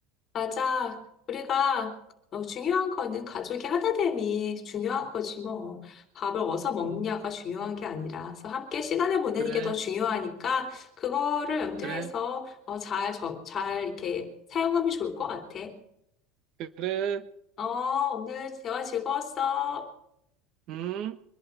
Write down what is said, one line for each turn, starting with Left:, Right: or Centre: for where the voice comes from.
Left: 맞아. 우리가 어, 중요한 거는 가족이 하나됨이 중요한 거지 뭐. 밥을 어디서 먹느냐가
Right: 음,
Left: 중요한 게 아니라 그래서 함께 시간을 보내는
Right: 그래,
Left: 게 더 중요하니까 그거를 염두해서
Right: 그래,
Left: 어, 잘, 저, 잘 이렇게 사용하면 좋을 것 같아.
Right: 그래.
Left: 어, 오늘 대화 즐거웠어.
Right: 음.